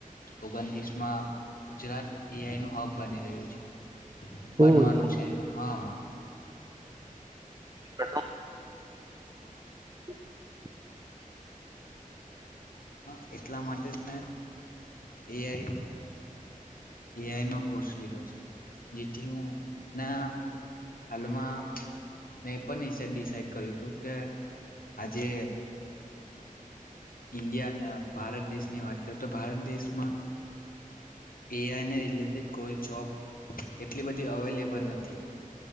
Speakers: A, on the left; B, on the right.
A: ઓગણત્રીસ માં ગુજરાત એઆઈ નું હબ બની રહ્યું છે
B: ઓહ,
A: બનવાનું
B: એ તો
A: છે હા
B: કછો <inaudible>
A: હા એટલા માટે જ મેં એઆઈ એઆઈનો કોર્સ લીધો છે જેથી હું ના હાલમાં મેં એ પણ ડિસાઈડ કર્યું હતું કે આજે ઈન્ડિયા ભારત દેશની વાત કરીએ તો ભારત દેશમાં એઆઈને રિલેટેડ કોઈ જોબ એટલી બધી અવેલેબલ નથી